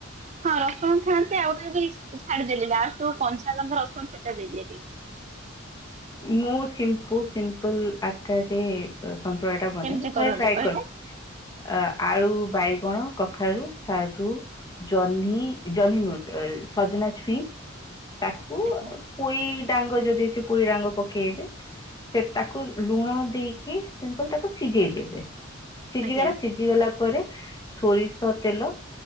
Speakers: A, on the right; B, on the left.
A: ହଁ ରସୁଣ ଖାଆନ୍ତି, ଆଉ ଟିକେ ବି ଛାଡିଦେଲି ଲାଷ୍ଟ କୁ କଞ୍ଚାଲଙ୍କା ରସୁଣ ଛେଚା ଦେଇଦିଏ ଟିକେ।
B: ମୁଁ ସିମ୍ପୁ ସିମ୍ପଲ ଆକାରରେ ତ ସନ୍ତଳା ଟା ବନାଏ,
A: କେମିତି କରନ୍ତି
B: ଥରେ ଟ୍ରାଏ
A: କହିଲେ?
B: କର। ଅ, ଆଳୁ, ବାଇଗଣ, କଖାରୁ, ସାରୁ ଜହ୍ନି ଜହ୍ନି ନୁହଁ, ଏ ସଜନାଛୁଇଁ ତାକୁ
A: ଆଜ୍ଞା
B: ପୁଇ ଡାଙ୍ଗ ଯଦି ଥି ପୁଇ ଡାଙ୍ଗ ପକେଇବେ, ସେ ତାକୁ ଲୁଣ ଦେଇକି ସିମ୍ପୁଲ୍ ତାକୁ ସିଜେଇ ଦେବେ। ସିଜି
A: ଆଜ୍ଞା
B: ଗଲା, ସିଜି ଗଲା ପରେ ସୋରିଷ ତେଲ